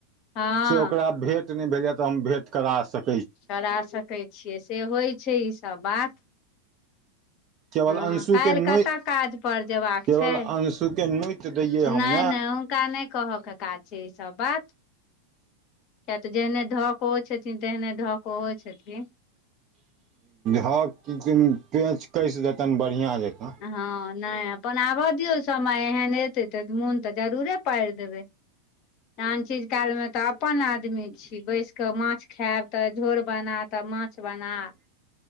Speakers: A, on the left; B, on the right.
A: हँ
B: से ओकरा भेंट नहि भेल य तऽ हम भेंट करा सक
A: करा सकैत छियै से होइत छै ईसभ बात
B: केवल
A: हँ
B: अंशुके
A: काल्हि
B: नोइ
A: कतऽ काज पर जेबाक
B: केवल
A: छै
B: अंशुके नोति दैयै हम
A: नहि नहि हुनका नहि कह के काज छै ई सब बात किए तऽ जेहने धकऽओ छथिन तेहने धऽकऽओहो छथिन
B: ह पेच कैस देतनि बढ़िआ जकाँ
A: हँ नहि अपन आब दियौ समय एहन एतै त मोन तऽ जरूरे पारि देबै त चीज कालमे त अपन आदमी छी बैस क माछ खायब त झोर बना त माछ बना